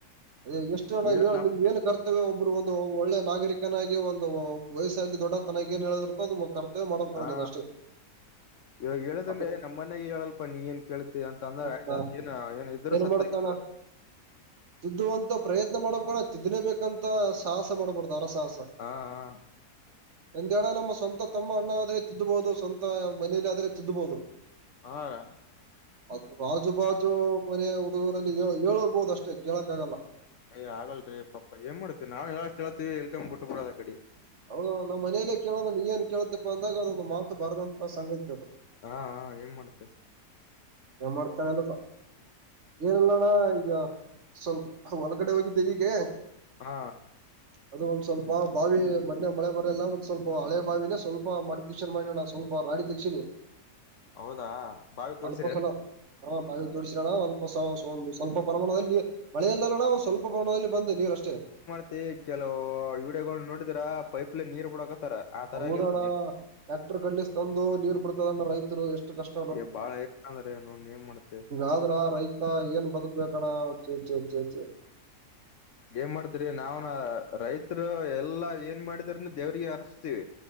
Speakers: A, on the right; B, on the left.
A: ಅದೆ ಎಷ್ಟು <unintelligible>
B: ಏನ ನಮ್
A: ಕರ್ತವ್ಯ ಒಬ್ರು ಒ ಒಳ್ಳೆ ನಾಗರಿಕ ಕ್ನಾಗಿ ಒಂದು ವಯಸ್ಸಲ್ಲಿ ದೊಡ್ಡ ತನ ಏನ್ ಹೇಳದಿರ್ತೋ ಅದು ಕರ್ತವ್ಯ ಮಾಡ್ಬೇಕ
B: ಹಾ
A: ನೀನ್ ಅಷ್ಟೇ.
B: ಇವಾಗ ಹೇಳಿದ್ರ
A: ಅದು
B: ಅಂದ್ರ ನಮ್ಮ ಮನೆಯಾಗ ಹೇಳಲ್ಪಾ ನೀ ಏನ್ ಕೇಳ್ತಿ ಅಂತಂದ್ರ
A: ಅದ್
B: ಆಯ್ತ್ ಇದ್ರೂ
A: ಏನ್
B: ಸತ್ತಗೆ.
A: ಮಾಡ್ತಣ್ಣ
B: <inaudible>
A: ತಿದ್ದುವಂತ ಪ್ರಯತ್ನ ಮಾಡಕ್ಕ ಬರ್ಲಾ ತಿದ್ದ್ಲೇಬೇಕಂತ ಸಾಹಸ ಮಾಡ್ಬಾರ್ದು ಅರ ಸಾಹಸ.
B: ಹಾ, ಹಾ
A: ಹಂಗೆ ಅಣ್ಣ ನಮ್ಮ ಸ್ವಂತ ತಮ್ಮ, ಅಣ್ಣ, ಅದೇ ತಿದ್ದಬಹುದು. ಸ್ವಂತ ಮನೇಲಿ ಆದ್ರೆ ತಿದ್ದಬಹುದು
B: <inaudible>
A: ಅದು ಆಜು ಬಾಜು ಮನೆಯ ಹುಡುಗೂರಲ್ಲಿ ಹೇಳ ಹೇಳ್ಬಹುದು ಅಷ್ಟೇ ಕೇಳಕ್ಕ ಆಗಲ್ಲ.
B: ಅಯ್ ಆಗಲ್ರಿ ಪಾಪ ಏನ್ ಮಾಡ್ತಿ ನಾವು ಹೇಳಷ್ಟು ಹೇಳತಿವಿ ಇಲ್ಕದ್ರ ಬಿಟ್ಟ ಬಿಡೋದ ಅಕಡೀ
A: ಹೌದು ಅಣ್ಣ ಅಂದ್ರ ಮನೇಲ್ಲೇ ಕೇಳಲ್ಲ ನೀ ಎನ್ ಕೇಳತಿತ್ತಪ್ಪ ಅಂದಾಗ ಅದೊಂದು ಮಾತು ಬರದಂತ ಸಂಗತಿ ಅದು.
B: ಹಾಹಾ ಏನ್ ಮಾಡ್ತ.
A: <unintelligible> ಏನ ಇಲ್ಲ ಅಣ್ಣ ಈಗ ಸ್ವಲ್ಪ ಹೊಲಕ್ಡೆ ಹೋಗಿದ್ದೆ ಹೀಗೆ.
B: ಹಾ
A: ಅದು ಒಂದ್ ಸ್ವಲ್ಪ ಬಾವಿ, ಮೊನ್ನೆ ಮಳೆ ಬರಲ್ಲ ಒಂದ್ ಸ್ವಲ್ಪ ಹಳೆ ಬಾವಿನೇ ಸ್ವಲ್ಪ <unintelligible> ಮಾಡಿ ನಾ ಸ್ವಲ್ಪ ರಾಡಿ ತೆಕ್ಷಸಿನಿ.
B: ಹೌದಾ ಭಾವಿತೋಡ್ಶ
A: ಸ್ಲ್ಪಸಲ ಹಾ ಪಾಯಿ ತೋರಿಸರೋಣ ಸ್ಲ್ಪ ಸ ಒಂದು ಸ್ವಲ್ಪ ಪರಮಾಣದಲ್ಲಿ ಮಳೆಯಲ್ಲಣ ಸ್ವಲ್ಪ <unintelligible> ಬಂದೆ ನೀರಷ್ಟೇ
B: ಮತ್ತೆ ಕೆಲವು ವಿಡಿಯೋಗಳ ನೋಡಿದ್ರ ಪೈಪ್ಲೆ ನೀರ್ ಬಿಡಕತ್ತಾರ ಆ ತರ
A: ಹೌದಣ್ಣ
B: ಆಗ್ಯದ
A: ಟ್ಯಾಕ್ಟರ್ ಕಂಡ ತಂದು ನೀರ್ ಬಿಡ್ತದಣ್ಣ ರೈತರು ಎಷ್ಟು ಕಷ್ಟ
B: ಈವಾಗ್ ಬಾಳ ಏ ಅಂದ್ರನ್ ಏನ್ ಮಾಡ್ತೆ.
A: ಆದ್ರ ರೈತ ಏನ್ ಬದುಕ್ಬೇಕಣ ಚೇ ಚ ಚೇಚಿ
B: ಏನ್ ಮಾಡ್ತರಿ ನಾವ್ನ ರೈತರು ಎಲ್ಲಾ ಏನ್ ಮಾಡಿದಾರನ ದೇವ್ರಿಗೆ ಅರರ್ಸ್ತೀವಿ